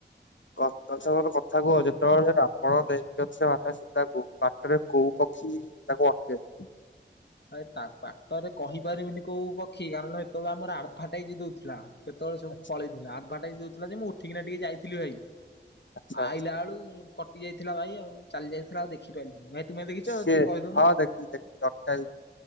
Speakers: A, on the left; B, on the left.
A: କତଛବର କଥା କୁହ ଯେ ଯେତେବେଳେ ରାବଣ ନେଇ ଯାଇଥିଲେ ସୀତାଙ୍କୁ, ବାଟରେ କୋଉ ପକ୍ଷୀ ତାଙ୍କୁ ଅଟେକେଇଲେ?
B: ଭାଇ ତା ବାଟରେ କହିପାରିବିନି, କୋଉ ପକ୍ଷୀ କାରଣ ସେତେବେଳେ ଆମର, ଆଡଫାଟାଇଯ ଦଉଥିଲା । ସେତେବେଳେ ସବୁ
A: ଆଚ୍ଛା
B: ପଳେଇଥିଲା, ଆଡଭାଟାଇଜ ଦଉଥିଲା, ଯେ ମୁଁ ଉଠିକିନା ଟିକେ ଯାଇଥିଲି ଭାଇ
A: ଆଚ୍ଛା।
B: ଆଇଲା ବେଳୁ କଟି ଯାଇଥିଲା ଭାଇ। ଆଉ ଚାଲି ଯାଇଥିଲା, ଆଉ ଦେଖିପାରିଲିନି ଭାଇ। ତୁମେ ଦେଖିଛ
A: ସେ
B: ଟିକେ କହିଦଉନୁ।
A: ହଁ ଦେଖିଚି, ଦେଖି ଜପଟା